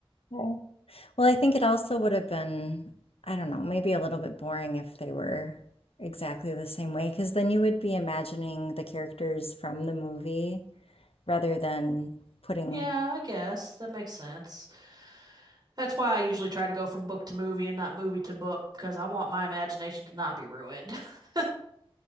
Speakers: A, on the left (about 85°); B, on the right (about 45°).
A: Okay. Well, I think it also would have been, I don't know, maybe a little bit boring if they were exactly the same way, because then you would be imagining the characters from the movie rather than putting.
B: Yeah, I guess that makes sense. That's why I usually try to go from book to movie and not movie to book because I want my imagination to not be ruined. <laughs>